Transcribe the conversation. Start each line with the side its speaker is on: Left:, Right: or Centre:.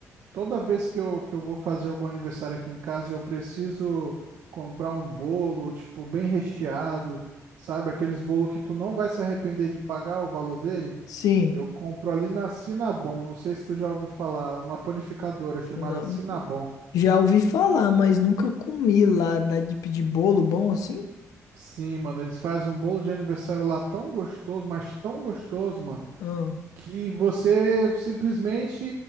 Right: toda vez que eu, que eu vou fazer algum aniversário aqui em casa, eu preciso comprar um bolo, tipo, bem recheado, sabe? Aqueles bolos que tu não vai se arrepender de pagar o valor dele.
Left: Sim.
Right: Eu compro ali na Cinnabon, não sei se tu já ouviu falar, uma panificadora chamada
Left: Não.
Right: Cinnabon.
Left: Já ouvi falar, mas nunca comi lá. Dá de pedir bolo bom assim?
Right: Sim, mano, eles fazem um bolo de aniversário lá tão gostoso, mas tão gostoso, mano.
Left: Ah,
Right: que você simplesmente